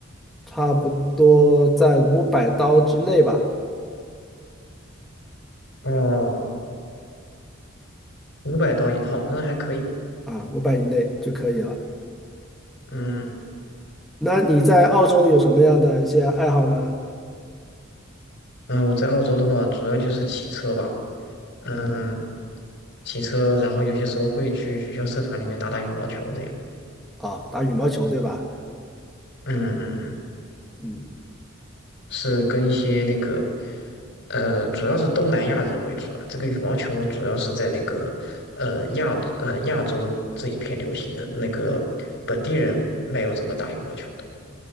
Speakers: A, in the centre; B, on the left (about 60°).
A: 差不多在五百刀之内吧，
B: 哦，五百刀一套，那还可以。
A: 啊，五百以内就可以了。
B: 嗯
A: 那你在澳洲有什么样的一些爱好呢？
B: 嗯，我在澳洲的话，主要就是骑车吧。嗯，骑车，然后有些时候会去学校社团里面打打羽毛球这样。
A: 啊，打羽毛球对吧？
B: 嗯嗯嗯，
A: 嗯，
B: 是跟一些那个，呃，主要是东南亚人为主啊。这个羽毛球主要是在那个呃亚呃亚洲这一片流行的，那个本地人没有怎么打羽毛球的。